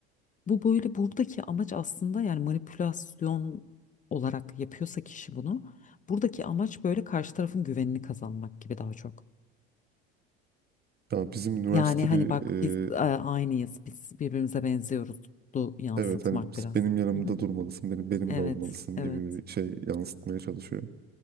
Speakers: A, on the left; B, on the right.
A: bu böyle buradaki amaç aslında yani manipülasyon olarak yapıyorsa kişi bunu buradaki amaç böyle karşı tarafın güvenini kazanmak gibi daha çok.
B: Ya bizim üniversite
A: Yani hani
B: bir
A: bak biz
B: e,
A: e, aynıyız biz birbirimize benziyoruz du yansıtmak
B: evet hani
A: biraz.
B: benim yanımda
A: Hı hı.
B: durmalısın, benim benimle
A: Evet
B: olmalısın
A: evet.
B: gibi bir şey yansıtmaya çalışıyor.